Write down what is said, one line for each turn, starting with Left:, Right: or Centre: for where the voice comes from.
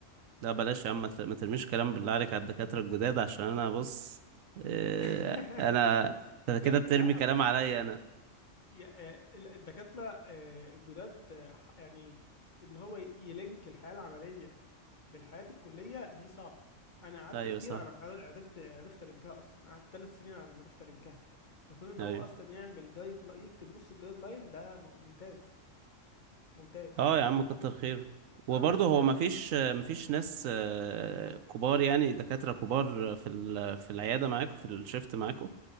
Right: لا بلاش يا عم ما ت- ما ترميش كلام بالله عليك على الدكاترة الجداد عشان انا بص إيه...
Left: <laughs>
Right: انا انت
Left: يا
Right: كده
Left: ابني
Right: بترمي
Left: لا
Right: كلام
Left: بص
Right: عليا انا
Left: يا- آه، ال- الدكاترة آه، الجداد آه، ح- يعني ان هو يلينك الحياة العملية بالحياة الكلية دي صعبة انا قعدت
Right: ايوه
Left: كتير
Right: صح
Left: على ما عر- عرفت عرفت لينكها اصلا أنا قعدت ثلاث سنين على ما عرفت لينكها فكون ان
Right: ايوه
Left: هو اصلا يعمل جايد لا- يكتب نص الجايد لاين ده م- ممتاز ممتاز
Right: اه يا عم كتر خير وبرضه
Left: اه بس
Right: هو مفيش مفيش ناس آه، كبار يعني دكاترة كبار في ال- في العيادة معاكم في الشيفت معاكم